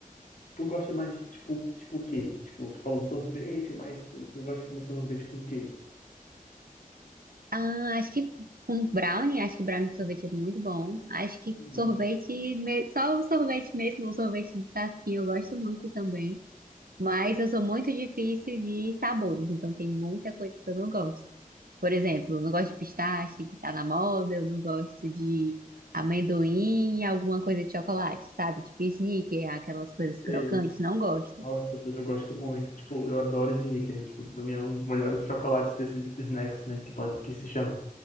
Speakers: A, on the left; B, on the right.
A: tu gosta mais de, tipo, tipo o quê? Tipo, tu falou sorvete, mas tu, tu gosta de comer sorvete com o quê?
B: Ah, acho que com brownie, acho que brownie com sorvete é muito bom. Acho que
A: Não
B: sorvete, me- só o sorvete mesmo, o sorvete de casquinha, eu gosto muito também. Mas eu sou muito difícil de sabores, então tem muita coisa que eu não gosto. Por exemplo, eu não gosto de pistache, que tá na moda, eu não gosto de amendoim, alguma coisa de chocolate, sabe? Tipo sneaker, aquelas coisas crocantes,
A: sei.
B: não gosto.
A: Nossa, pois eu gosto muito. Tipo, eu adoro Snickers. Tipo, pra mim é um dos melhores chocolates desses snacks, né? Que pode que se chama.